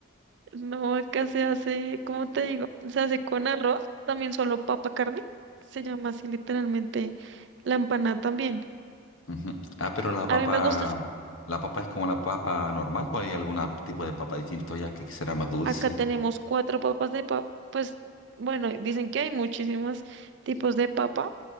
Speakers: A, on the right; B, on the left.
A: No, acá se hace, ¿cómo te digo? Se hace con arroz, también solo papa carne. Se llama así literalmente la empanada también.
B: Ujú. Ah, pero la papa,
A: A mí me gusta
B: ¿la papa es como la papa normal o hay algún tipo de papa distinto ya que será más dulce?
A: Acá tenemos cuatro papas de papa. Pues bueno, dicen que hay muchísimos tipos de papa,